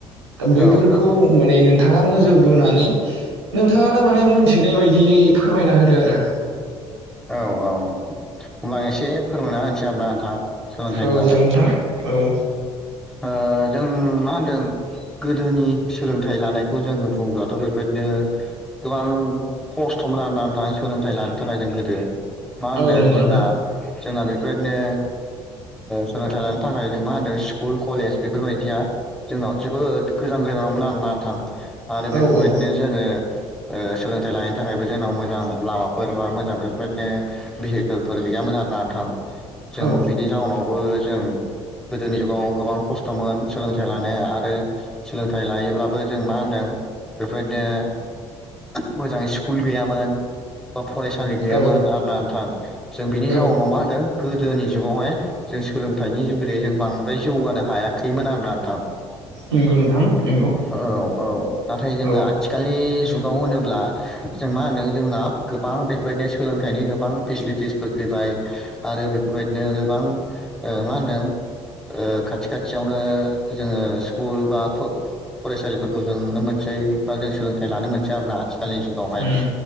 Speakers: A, on the right (about 80°); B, in the centre.
A: बैफोरखौ
B: औ
A: माने नोंथाङा नोजोर बोनानै नोंथाङानो माने मोनथिनाय बायदि। यै फोरमायना होदो आरो।
B: औ होमब्ला आं एसे फोरमायना होनसै आरोना नोंथां सोलोंथाइनि
A: औ
B: बागै
A: जागोन नोंथां औ।
B: ओ जों मा होनदों गोदोनि सोलोंथाइ लानायखौ जों बुंङोब्लाथ' बेबायदिनो गोबां खस्थ'मोन आरोना नोंथाङ सोलोंथाइ लानो थाखाय जों गोदो। मा होनदों
A: औ नंगौ
B: जोंना
A: नोंथां
B: जोंना बेफोरबायदिनो सोलोंथाइ लानो थाखाय जों मा होनदों स्कुल कलेज बेफोरबायदिया जोंनाव जोबोद गोजान गोजानावमोन आरोना नोंथां आरो बेफोरबायदिनो
A: औ औ
B: जोङो सोलोंथाइ लानायनि थाखायबो जोंनाव मोजां लामाफोर बा मोजां बेफोरबायदिनो भेहिकेलफोर गैयामोन आरो ना ओनथां जों
A: औ
B: बिनि जाउनाव जों गोदोनि गोबां खस्थ'मोन सोलोंथाइ लानाया आरो सोलोंथाइ लायोब्लाबो जों मा होनदों बेफोरदिनो मोजां स्कुल गैयामोन बा फरायसालि गैयामोन
A: औ
B: आरोन नोंथां जों बिनि जाउनाव
A: औ
B: मा होदों गोदोनि जुगावहाय जों सोलोंथाइनि जुगैदै जों बांद्राय जौगानो हायाखैमोन दा थाब
A: नंगौ नोंथां नंगौ
B: औ औ नाथाय जङो
A: औ
B: आथिखालनि जुगाव होनोब्ला जों मा होनदों जोंना गोबां बेफोरबायदिनो सोलोंथाइनि गोबां फेसिलिटिसफोर आरो बेफोरबायदिनो गोबां मा होनदों खाथि खाथियावनो जोङो स्कुल बा फरायसालिफोरखौ जों नुनो मोनसै बा जों सोलोंथाइ लानो मोनसै आरोना आथिखालनि जुगावहाय
A: उम